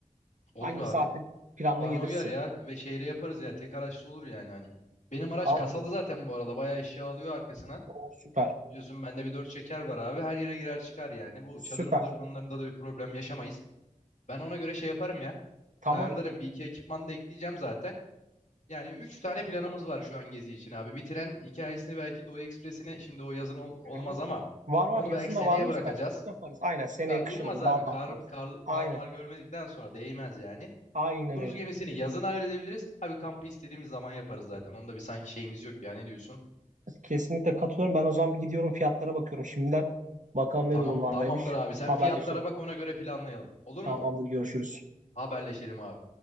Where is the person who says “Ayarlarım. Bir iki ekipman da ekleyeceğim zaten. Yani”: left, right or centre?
Left